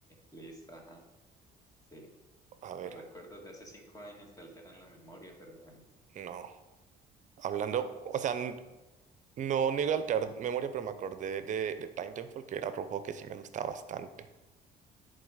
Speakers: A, on the left; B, on the right.
A: Listo, ajá. Sí.
B: A ver,
A: Tus recuerdos de hace cinco años te alteran la memoria, pero bueno.
B: no. Hablando, o sea, n- no niego alterar memoria, pero me acordé de, de Titanfall, que era otro juego que sí me gustaba bastante.